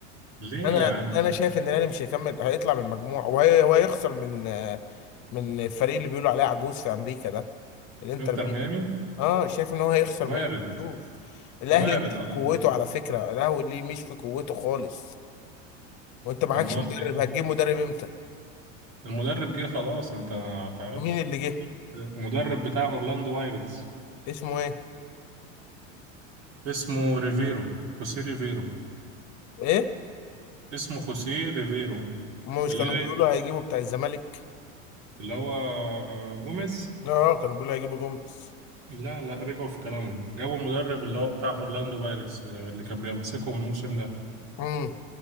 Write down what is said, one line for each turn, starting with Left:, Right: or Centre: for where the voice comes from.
Right: ليه
Left: انا
Right: يا عم
Left: انا شايف ان الاهلي مش هيكمل هيطلع من المجموعه وهي وهيخسر من آه، من الفريق اللي بيقولوا عليه عجوز في امريكا ده الانتر
Right: انتر
Left: ميامي
Right: ميامي
Left: اه شايف ان هو هيخسر
Right: وارد
Left: منه مكشوف الاهلي
Right: وارد
Left: مش
Right: اه
Left: في قوته على فكره الاهلي مش في قوته خالص وانت معكش
Right: امال
Left: مدرب
Right: في إيه؟
Left: هتجيب مدرب امتى
Right: المدرب جه خلاص انت ما تعرفش
Left: مين اللي جه
Right: المدرب بتاع اورلاندو بايرتس
Left: اسمه ايه
Right: اسمه ريفيرو خوسيه ريفيرو
Left: ايه
Right: اسمه خوسيه ريفيرو
Left: هما مش
Right: اللي
Left: كانوا بيقولوا هيجيبوا بتاع الزمالك
Right: اللي هو جوميز
Left: اه كانوا بيقولوا هيجيبوا جمبس
Right: لا لا رجعوا في كلامهم جابوا مدرب اللي هو بتاع اورلاندو بايرتس اللي كان بيمسكهم الموسم ده
Left: امم